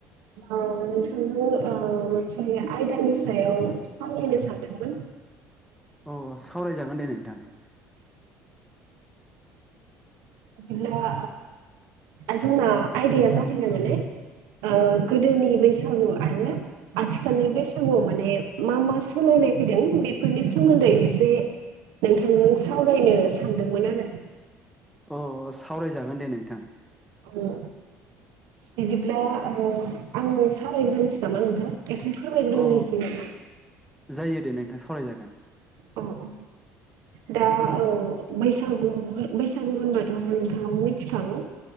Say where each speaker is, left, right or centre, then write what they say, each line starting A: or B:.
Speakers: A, on the right (about 65°); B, in the centre.
A: औ नोंथांनो ओ मोनसे आयदानि सायाव सावरायनो सानदोंमोन।
B: अ सावरायजागोन दे नोंथां।
A: बिदिब्ला ओ जोंना आयदाया जाहैबाय माने ओ गोदोनि बैसागु आरो आथिखालनि बैसागु गुयाव माने मा मा सोलायनाय फैदों बेफोरनि सोमोनदै एसे नोंथांजों सावरायनो सानदोंमोन आरो
B: अ सावरायजागोन दे नोंथां।
A: ओम बिदिब्ला ओ आंनो सावरायग्रोनसै नामा नोंथां। ए्से फोरमायग्रोनोसै
B: औ
A: नामा?
B: जायो दे नोंथाङा सावरायजागोन।
A: अ अ। दा औ बैसागु बैसागु होनबाथ' नोंथाङा मिथिखागौ